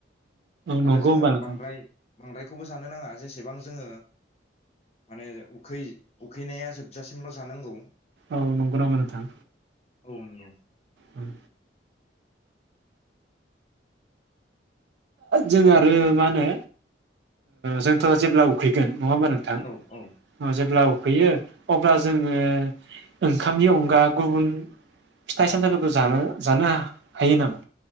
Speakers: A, on the left; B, on the right.
A: आरो
B: नंगौ
A: जोङो
B: होनबा नोंथां
A: बांद्राय बांद्रायखौबो जानो नाङा जेसेबां जोङो मानेै उखैनाया जोबजासिमल' जानांगौ।
B: औ नंगौ नामा नोंथां?
A: औ नंगौ
B: उम जों आरो मा होनो जोंथ' जेब्ला उखैगोन नङा होनबा नोंथां
A: औ औ
B: जेब्ला फैयो अब्ला जोङो ओंखामनि अनगा गुबुन फिथाइ सामथायाइफोरखौ जानो जानो हायो नामा